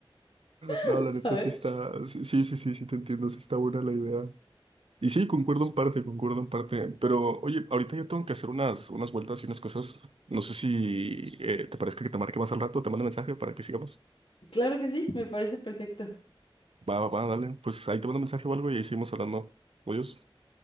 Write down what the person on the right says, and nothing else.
No, la
neta sí está, sí, sí, sí, sí, sí te entiendo, sí está buena la idea. Y sí, concuerdo en parte, concuerdo en parte. Pero, oye, ahorita ya tengo que hacer unas, unas vueltas y unas cosas. No sé si eh, te parezca que te marque más al rato, te mando mensaje para que sigamos.
Va, va, va, dale. Pues ahí te mando mensaje o algo y ahí seguimos hablando. Adiós.